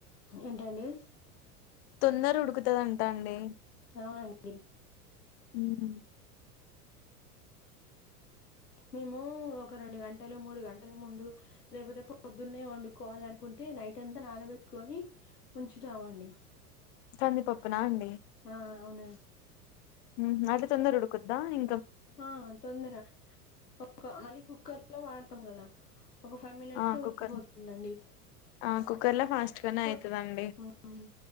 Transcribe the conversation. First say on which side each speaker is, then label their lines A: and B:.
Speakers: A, on the left; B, on the left.
A: ఏంటండి
B: తొందర ఉడుకుతదంటా అండి
A: ఔనండి
B: ఉమ్
A: మేము ఒక రెండు గంటలు మూడు గంటల ముందు లేకపోతే పొద్దున్నే వండుకోవాలనుకుంటే టే నైట్ అంత నానబెట్టుకొని ఉంచుతామండి
B: కందిపప్పునా అండి
A: ఆ అవునా
B: ఉమ్ అట్ల తొందర ఉడుకుద్ద ఇ
A: ఆ తొందర ఒక మళ్ళీ కుక్కర్లో వాడతాం గదా ఒక ఫైవ్ మినిట్స్
B: ఆ
A: లో
B: కుక్కర్
A: ఉడికిపోతుందండి
B: ఆ కుక్కర్ లో ఫాస్ట్ గానే
A: పొద్
B: అయితదండి
A: ఉమ్